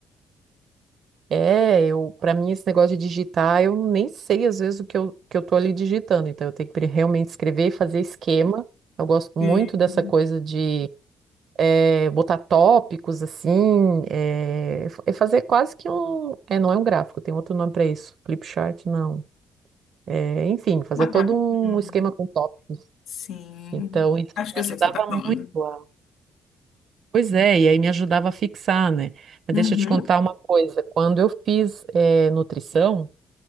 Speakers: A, on the right; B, on the left.
A: É, eu, para mim esse negócio de digitar, eu nem sei às vezes o que eu, que eu tô ali digitando, então eu tenho que pre- realmente escrever e fazer esquema. Eu gosto
B: Hum.
A: muito dessa coisa de eh, botar tópicos assim, eh, fa- é fazer quase que um, é, não é um gráfico, tem outro nome para isso, flipchart, não. É, enfim, fazer
B: Uma
A: todo
B: tab-
A: um
B: Hum.
A: esquema com tópicos.
B: Sim.
A: Então isso
B: Acho que
A: me
B: eu
A: ajudava
B: sei o que você está
A: muito
B: falando.
A: a Pois é, e aí me ajudava a fixar, né? Mas
B: Uhum.
A: deixa eu te contar uma coisa. Quando eu fiz eh, nutrição